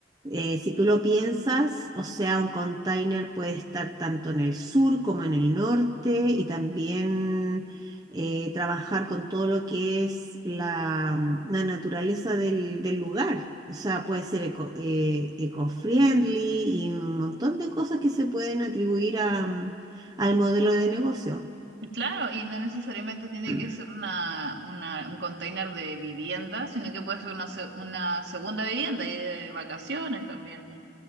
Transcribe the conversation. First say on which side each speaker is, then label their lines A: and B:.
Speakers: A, on the right; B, on the right.
A: eh, si tú lo piensas, o sea, un container puede estar tanto en el sur como en el norte y también eh, trabajar con todo lo que es la, mm, la naturaleza del, del lugar. O sea, puede ser eco, eh, eco-friendly y un montón de cosas que se pueden atribuir a, mm, al modelo de negocio.
B: Claro, y no necesariamente
A: <clears throat>
B: tiene que ser una, una- un container de vivienda, sino que puede ser una, se- una segunda vivienda y de vacaciones también.